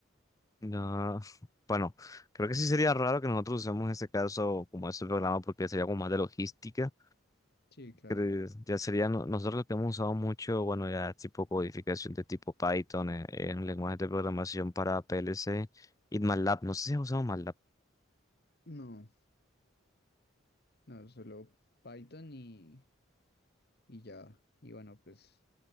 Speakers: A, on the left; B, on the left.
A: No. <laughs> Bueno, creo que sí sería raro que nosotros usemos en este caso como ese programa porque sería como más de logística.
B: Sí, claro.
A: Creo- Ya sería, no- nosotros lo que hemos usado mucho, bueno, ya tipo codificación de tipo Python eh, en, lenguajes de programación para PLC y MATLAB. No sé si has usado MATLAB.
B: No, no, solo Python y, y Java. Y bueno, pues